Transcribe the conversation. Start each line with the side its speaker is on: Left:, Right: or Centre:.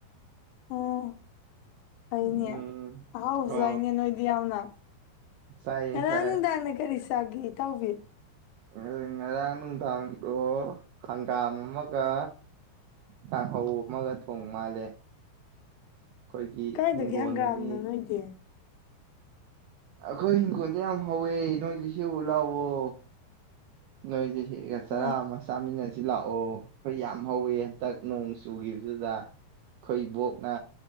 Left: ꯑꯣ ꯐꯩꯅꯦ
Right: ꯎꯝ
Left: ꯑꯍꯥꯎꯕꯆꯥꯏꯅꯦ
Right: ꯑꯣ
Left: ꯅꯣꯏꯗꯤ ꯌꯥꯝꯅ
Right: ꯆꯥꯏꯌꯦ
Left: ꯉꯔꯥꯡ
Right: ꯆꯥꯏ
Left: ꯅꯨꯡꯗꯥꯡꯅ ꯀꯔꯤ ꯆꯥꯒꯦ ꯏꯇꯥꯎꯕꯤ
Right: ꯉ ꯉꯔꯥꯡ ꯅꯨꯡꯗꯥꯡꯗꯣ ꯍꯪꯒꯥꯝ ꯑꯃꯒ ꯀꯥꯡꯍꯧ ꯑꯃꯒ ꯊꯣꯡ ꯃꯥꯜꯂꯦ ꯑꯩꯈꯣꯏꯒꯤ
Left: ꯀꯥꯏꯗꯒꯤ
Right: ꯍꯤꯡꯒꯣꯜꯗꯒꯤ
Left: ꯍꯪꯒꯥꯝꯅꯣ ꯅꯣꯏꯒꯤ
Right: ꯑꯈꯣꯏ ꯏꯪꯈꯣꯜꯗ ꯌꯥꯝ ꯍꯧꯋꯦ ꯅꯣꯏꯁꯨ ꯍꯦꯛꯎ ꯂꯥꯛꯑꯣ ꯅꯣꯏꯖꯨ ꯍꯦꯛꯑ ꯆꯔꯥ
Left: ꯑꯣ
Right: ꯑꯃ ꯆꯥꯃꯤꯟꯅꯁꯤ ꯂꯥꯛꯑꯣ ꯑꯈꯣꯏ ꯌꯥꯝ ꯍꯧꯋꯦ ꯍꯟꯗꯛ ꯅꯣꯡ ꯆꯨꯈꯤꯕ ꯆꯨꯗꯨꯗ ꯈꯣꯏ ꯏꯕꯣꯛꯅ